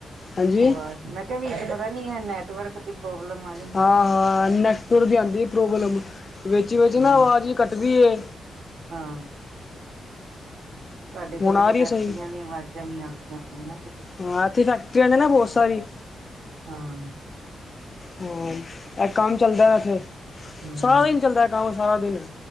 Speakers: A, on the left; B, on the right.
A: ਹਾਂਜੀ
B: ਆਵਾ ਮੈਂ ਕਿਹਾ ਵੀ ਨੈਟਵਰਕ ਨੀ ਹੈ ਨੈਟਵਰਕ ਪ੍ਰੋਬਲਮ ਆ ਜਾਂਦੀ
A: ਹਾਂ-ਹਾਂ ਨੈੱਟਵਰ ਦੀ ਆਂਦੀ ਪ੍ਰੋਬਲਮ ਵਿੱਚ ਵਿੱਚ ਨਾ
B: ਹਾਂ
A: ਅਵਾਜ਼ ਕੱਟਦੀ ਐ।
B: ਹਾਂ, ਤੁਹਾਡੇ ਤੇ
A: ਹੁਣ
B: ਕੁਛ
A: ਆ
B: ਫੈਕਟਰੀਆਂ
A: ਰਹੀ ਹੈ ਸਹੀ
B: ਦੀਆ ਆਵਾਜਾਂ ਵੀ ਆਂਦੀ <inaudible>
A: ਹਾਂ, ਇਥੇ ਫੈਕਟਰੀਆ ਨੇ ਨਾ ਬੋਤ ਸਾਰੀ।
B: ਹਾਂ,
A: ਹਾਂ, ਇਹ ਕੰਮ ਚੱਲਦਾ ਇੱਥੇ
B: ਹੂੰ।
A: ਸਾਰਾ ਦਿਨ ਚੱਲਦਾ ਐਹ ਕੰਮ, ਸਾਰਾ ਦਿਨ।